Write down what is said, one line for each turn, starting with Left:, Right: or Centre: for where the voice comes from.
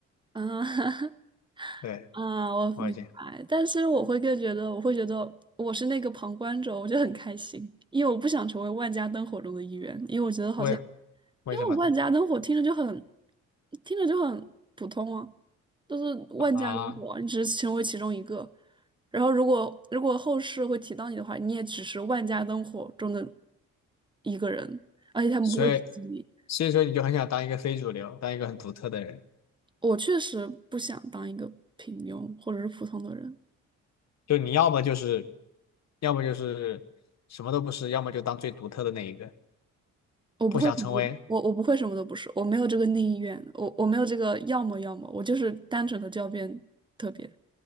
Right: 啊 <laughs>
Left: 对，
Right: 啊，我明白，
Left: 我已经
Right: 但是我会更觉得，我会觉得我是那个旁观者，我就很开心，因为我不想成为万家灯火中的一员，因为我觉得好像。
Left: 为为什么呢？
Right: 因为万家灯火听着就很，听着就很普通啊，就是万家灯火，
Left: 啊，
Right: 你只是成为其中一个。然后如果如果后世会提到你的话，你也只是万家灯火中的一个人，而且他们不会提及你。
Left: 所以所以说你就很想当一个非主流，当一个很独特的人，
Right: 我确实不想当一个平庸或者是普通的人，
Left: 就你要么就是，要么就是什么都不是，要么就当最独特的那一个，
Right: 我不会什么都我我不会什么都不是，
Left: 不想成为。
Right: 我没有这个内意愿，我我没有这个要么要么，我就是单纯的就要变特别。